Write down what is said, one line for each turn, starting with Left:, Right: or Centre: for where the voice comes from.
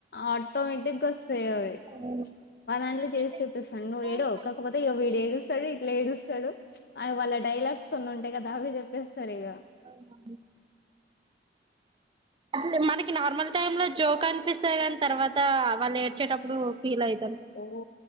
Left: ఆటోమేటిక్ గా వస్తాయి అవి
Right: అవును
Left: మా దాన్లిచ్ చేసి
Right: ఇన్ని
Left: చూపిస్తాను నువ్వు
Right: రోజులు
Left: ఏడువావ్
Right: కలిసి
Left: కాకపోతే
Right: ఉండి
Left: ఇగ విడు ఏడుస్తాడు ఇట్లా ఏడుస్తాడు అవి వాళ్ళ డైలాగ్స్ కొన్ని ఉంటాయి కదా అవి చెప్పేస్తారు ఇగా
Right: అవునా అట్లే మనకి నార్మల్ టైం లో జోక్ అనిపిస్తాది కనీ తర్వాత వాళ్ళు ఏడ్చేటప్పుడు ఫీల్ అయి
Left: ఓ